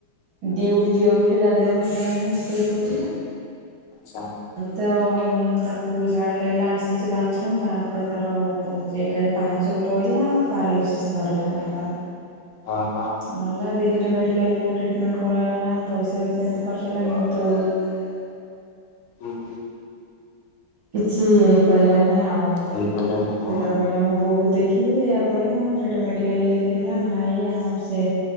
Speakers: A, on the right; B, on the left.
A: ଡ୍ୟୁଟି ଯିବ ବୋଲି ତା ଦେହ ଭଲ ଲାଗିଲାନି ଶୋଇ ପଡିଥିଲା।
B: ଚ୍ଛା
A: ତ ତାକୁ ଝାଡ଼ା ଲାଗିଲା ଆସିଛି ବାଥରୁମ୍ ତାପରେ ତାର ପୁ ଚେକ୍ ପାହାଚରୁ ପପଇଲା ପାରାଲିସିସ୍ ଧରିଲା ଏଖାତା <unintelligible>
B: ହଁ ହଁ
A: ଧରିଲା ଦିଲି ମେଡିକାଲ ରୁ ଟ୍ରିଟମେଣ୍ଟ୍ କରଗଲା ପଇସା ବି ସେମିତି ଖର୍ଚ ହେଲା କିନ୍ତୁ <unintelligible>
B: ହୁଁ ହୁଁ
A: କିଛି ଇ ହେଇପାରିଲାନି ଆଉ
B: ହେଇପାରିଲାନି
A: ସେ
B: ହଁ
A: ତାର କହିଲା ମୁଁ ବୋଉକୁ ଦେଖିବି ଏହା କହିଲା ସେଠି ମେଡିକାଲରେ ଲେଖିଦେଲା ଭାଇ ଆଉ ସେ